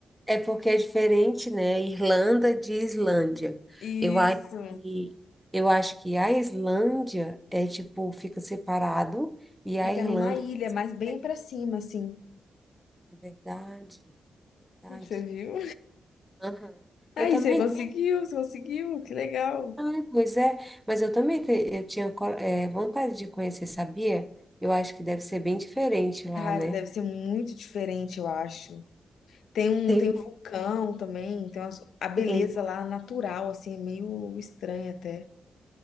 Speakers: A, in the centre; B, on the left.
A: é porque é diferente, né? Irlanda de Islândia.
B: Isso.
A: Eu acho que eu acho que a Islândia é tipo fica separado e a
B: Fica
A: Irlanda
B: numa ilha, mas bem
A: é
B: pra cima, assim.
A: verdade. Verdade.
B: Você viu?
A: Aham.
B: Aí
A: Eu também
B: você conseguiu, você conseguiu, que legal.
A: Ah, pois é, mas eu também te- eu tinha co- eh, vontade de conhecer, sabia? Eu acho que deve ser bem diferente lá,
B: Cara,
A: né?
B: deve ser muito diferente, eu acho. Tem um,
A: Tem,
B: tem um vulcão também, tem umas- a beleza
A: tem.
B: lá natural, assim, é meio estranha até.